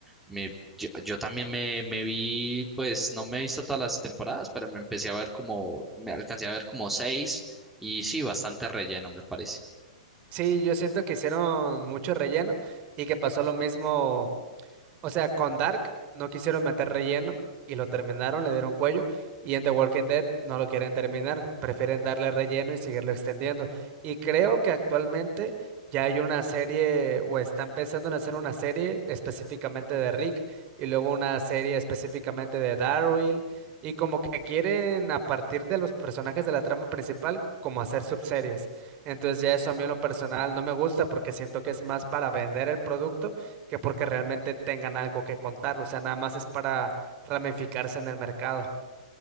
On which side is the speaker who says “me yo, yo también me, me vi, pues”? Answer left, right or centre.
Centre